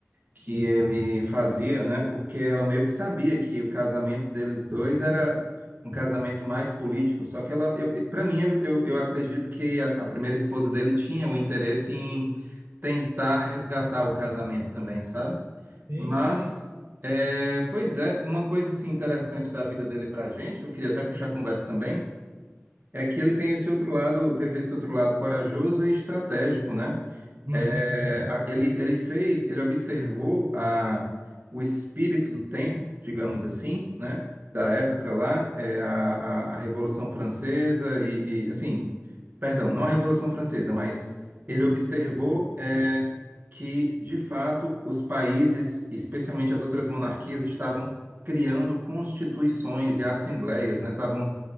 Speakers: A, on the right; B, on the right.
A: que ele fazia, né? Porque ela meio que sabia que o casamento deles dois era um casamento mais político. Só que ela, eu, para mim, eu, eu, eu acredito que a, a primeira esposa dele tinha o interesse em tentar resgatar o casamento também, sabe?
B: Sim,
A: Mas,
B: sim.
A: é, pois é, uma coisa assim interessante da vida dele para a gente, que eu queria até puxar a conversa também. É que ele tem esse outro lado, teve esse outro lado corajoso e estratégico, né?
B: Uhum,
A: É, a- ele, ele fez, ele observou a, o espírito do tempo, digamos assim, né? Da época lá, é, a, a, a Revolução Francesa e, e, assim, perdão, não a Revolução Francesa, mas ele observou é, que, de fato, os países, especialmente as outras monarquias, estavam criando constituições e assembleias, né? Estavam